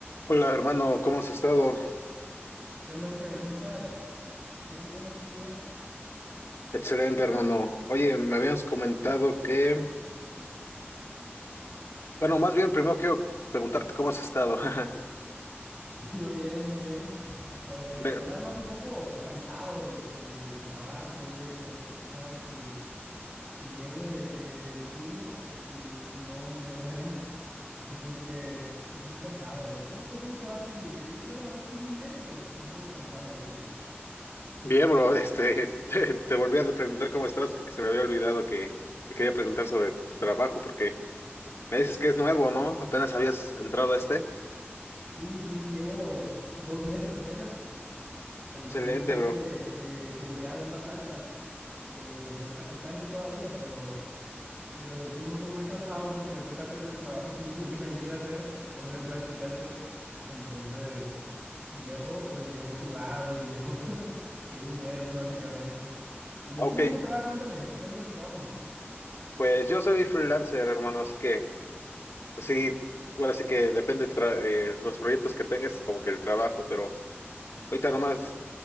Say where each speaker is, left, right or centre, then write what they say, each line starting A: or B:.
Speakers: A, on the left (about 80°); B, on the right (about 20°).
A: Hola hermano, ¿cómo has estado?
B: ¿Qué onda, Ángel? ¿Cómo estás? Bien, bien, aquí yo. <laughs>
A: Excelente hermano. Oye, me habías comentado que, bueno, más bien primero quiero preguntarte cómo has estado. <laughs>
B: Sí, yo bien, muy bien. Eh,
A: Bien,
B: nada más un poco cansado de- del trabajo y eso. Pues tú sabes que, que llego de, de- de mi turno y, no me duermo porque es muy cansado. No, no sé cómo te va a ti. Yo, yo la verdad estoy muy bien, pero pues un poco cansado. ¿Y tú?
A: bien, bro, este, <laughs> te, te volví a preguntar cómo estabas porque se me había olvidado que te quería preguntar sobre tu trabajo porque me dices que es nuevo, ¿no? Apenas habías entrado a este.
B: Sí, sí, llevo dos meses apenas. Eh,
A: Excelente,
B: Estoy en un puesto
A: bro.
B: de, de seguridad en una planta. Eh, soy practicante todavía, pero... Pero de todos modos es muy cansado porque me toca hacer el trabajo sucio que nadie quiere hacer por ser practicante. Entonces, llego, pues llego sudado y llego, <laughs> llego muerto básicamente. ¿Y
A: Ok,
B: tú cómo te va? Cuéntame, cuéntame tu trabajo.
A: pues yo soy freelancer, hermano, así que, pues sí, bueno, así que depende de los proyectos que tengas, como que el trabajo, pero... Ahorita nomás